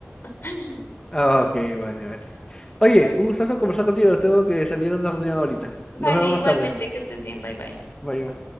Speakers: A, on the left; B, on the left.
A: <laughs>
B: Ah, ok, vale, vale. Oye, un gustazo conversar contigo. Tengo que salir a una reunión ahorita.
A: Vale,
B: Nos vemos
A: igualmente
B: más tarde.
A: que estés bien, bye bye.
B: Bye, bye.